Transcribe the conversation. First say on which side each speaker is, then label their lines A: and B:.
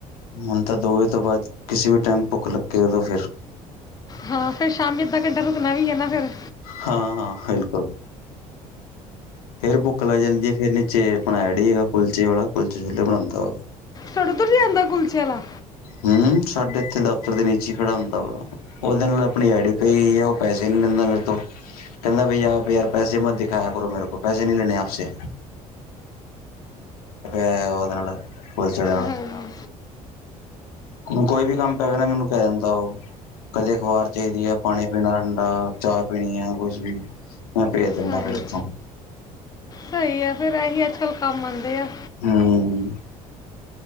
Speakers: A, on the left; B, on the left.
A: ਹੁਣ ਤਾਂ ਦੋ ਵੇਜ ਤੋਂ ਬਾਅਦ, ਕਿਸੇ ਵੀ ਟਾਈਮ ਭੁੱਖ ਲੱਗੇ ਉਦੋ ਫੇਰ।
B: ਹਾਂ, ਫਿਰ ਸ਼ਾਮੀ ਅੱਧਾ ਘੰਟਾ ਰੁਕਣਾ ਵੀ ਹੈ ਨਾ, ਫਿਰ।
A: ਹਾਂ, ਹਾਂ, ਬਿਲਕੁਲ। ਫੇਰ ਭੁੱਖ ਲੱਗ ਜਾਂਦੀ, ਫੇਰ ਨੀਚੇ ਆਪਣਾ ਏਡੀ ਹੈਗਾ ਕੁਲਚੇ ਵਾਲਾ, ਕੁਲਚੇ-ਛੋਲੇ ਬਣਾਉਦਾ।
B: ਤਾਡੇ ਉਧਰ ਵੀ ਆਂਦਾ ਕੂਲਚੇ ਵਾਲਾ।
A: ਹਮ, ਸਾਡੇ ਇੱਥੇ ਦਫ਼ਤਰ ਦੇ ਨੀਚੇ ਹੀ ਖੜਾ ਹੁੰਦਾ ਵਾ, ਉਹਦੇ ਨਾਲ ਆਪਣੀ ਆੜੀ ਪਈ ਆ ਪੈਸੇ ਨਹੀਂ ਲੈਂਦਾ ਮੇਰੇ ਤੋਂ, ਕਹਿੰਦਾ ਬਈ, ਆਪ ਯਾਰ, ਪੈਸੇ ਮਤ ਦਿਖਾਇਆ ਕਰੋ ਮੇਰੇ ਕੋ। ਪੈਸੇ ਨਹੀਂ ਲੈਣੇ ਆਪ ਸੇ। ਹੈ ਉਹਦੇ ਨਾਲ ਪੁਲਿਸ ਵਾਲੇ
B: ਹਮ।
A: ਹੁਣ ਕੋਈ ਵੀ ਕੰਮ ਪੈਵੇ ਨਾ, ਮੈਨੂੰ ਕਹਿ ਦਿੰਦਾ, ਉਹ ਕਦੇ ਅਖਬਾਰ ਚਾਹੀਦੀ ਹੈ, ਪਾਣੀ ਪੀਣਾ ਠੰਡਾ। ਚਾਹ ਪੀਣੀ ਆ, ਕੁਛ ਵੀ, ਮੈਂ ਭੇਜ ਦਿੰਦਾ
B: ਹਾਂਜੀ
A: ਫਿਰ ਇੱਥੋਂ।
B: ਸਹੀ ਆ, ਫੇਰ ਇਹੀ ਅੱਜਕਲ੍ਹ ਕੰਮ ਆਉਂਦੇ ਆ।
A: ਹੂੰ।